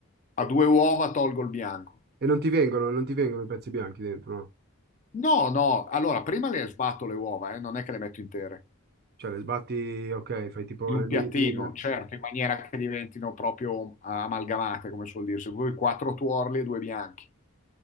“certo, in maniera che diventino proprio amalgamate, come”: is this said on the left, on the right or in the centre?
Left